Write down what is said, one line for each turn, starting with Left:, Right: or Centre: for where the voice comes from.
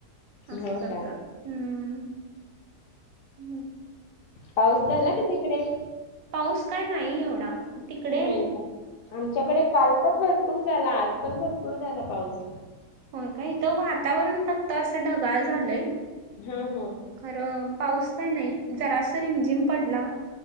Right: असं
Left: हो
Right: करतात
Left: का
Right: हम्म हम्म.
Left: पाऊस झाला का तिकडे?
Right: पाऊस काय नाही एवढा. तिकडे
Left: नाही का, आमच्याकडे काल पण भरपूर झाला, आज पण भरपूर झाला पाऊस.
Right: हो काय, इथं वातावरण फक्त असं ढगाळ झालंय.
Left: हं हं.
Right: खरं, पाऊस का नाही, जरास रिमझिम पडला,